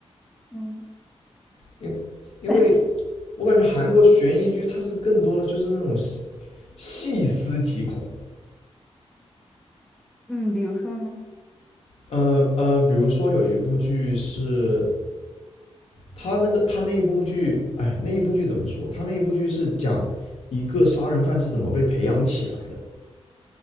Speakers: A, in the centre; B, on the left.
A: 嗯，
B: 因因为
A: <laughs>
B: 我感觉韩国悬疑剧它是更多的就是那种细细思极恐。
A: 嗯，比如说呢？
B: 呃呃，比如说有一部剧是他那个他那一部剧，哎，那一部剧怎么说？他那一部剧是讲一个杀人犯是怎么被培养起来的。